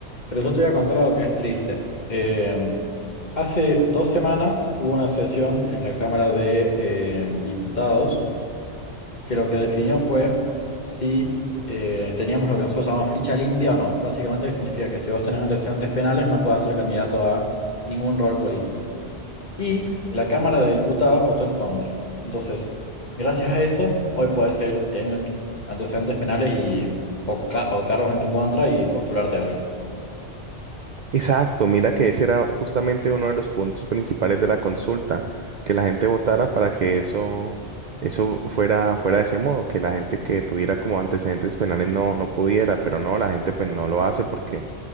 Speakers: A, on the left; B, on the right.
A: pero yo te voy a contar algo que es triste. Eh, hace dos semanas hubo una sesión en la Cámara de eh, Diputados que lo que definió fue si eh, teníamos lo que nosotros llamamos ficha limpia o no. Básicamente significa que si vos tenés antecedentes penales no puedes ser candidato a ningún rol político. Y la Cámara de Diputados votó en contra. Entonces, gracias a eso, hoy puedes seguir teniendo antecedentes penales y, o, ca- o cargos en tu contra y postularte a algo.
B: Exacto, mira que ese era justamente uno de los puntos principales de la consulta, que la gente votara para que eso, eso fuera, fuera de ese modo, que la gente que tuviera como antecedentes penales no, no pudiera, pero no, la gente pues no lo hace porque